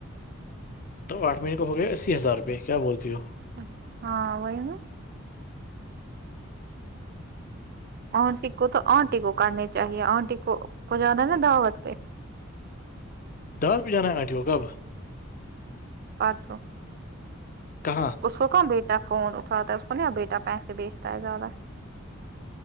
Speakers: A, on the left (about 40°); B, on the right (about 45°).
A: تو آٹ مہینے کا ہو گیا اسی ہزار روپئے کیا بولتی ہو
B: چ ہاں وہئیین آٹی کو تو آٹی کو کاٹنی چاہیے آٹی کو کو زیادہ نا دعوت پہ
A: دس بج جانا ہے آٹیو کاب
B: پرسو
A: کہ
B: اس کو کہاں بیٹا فون اٹھاتا ہے اس کو نہیں بیٹا پیسے بیچتا ہے زیادہ